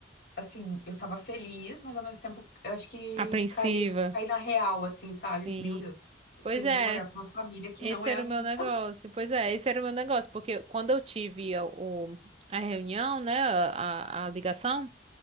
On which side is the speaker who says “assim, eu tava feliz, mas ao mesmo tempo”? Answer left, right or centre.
Left